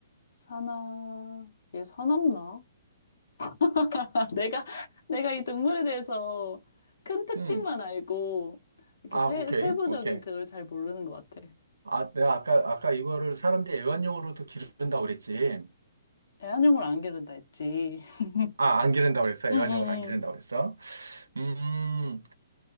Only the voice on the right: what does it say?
음,
아,
오케이,
오케이.
아, 내가 아까, 아까 이거를 사람들이 애완용으로도 기른다고 그랬지.
아, 안 기른다고 그랬어.
애완용으로
안 기른다고
그랬어. 음,